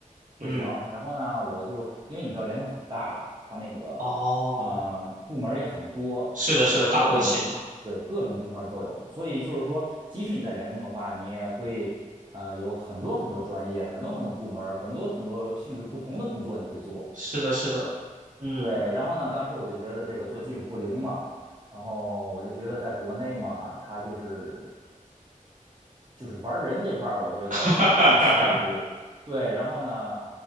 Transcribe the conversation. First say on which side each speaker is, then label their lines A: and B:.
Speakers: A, on the right; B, on the right.
A: 不行。
B: 嗯，
A: 然后呢，我就因为你知道联通很大了，它那个呃部门儿也很多，
B: 哦，是的，是的，
A: 呃各种部对各种部门儿都有，
B: 大国企嘛。
A: 所以就是说，即使你在联通的话，你也会呃有很多很多专业，很多很多部门儿很多很多性质不同的工作你可以做。
B: 是的，是的。嗯，
A: 对，然后呢，当时我就觉得这个做技术不灵嘛，然后我就觉得在国内嘛，它就是。就是玩人这块儿，我觉得是更有前途。
B: <laughs> 哈哈哈哈。
A: 对，然后呢，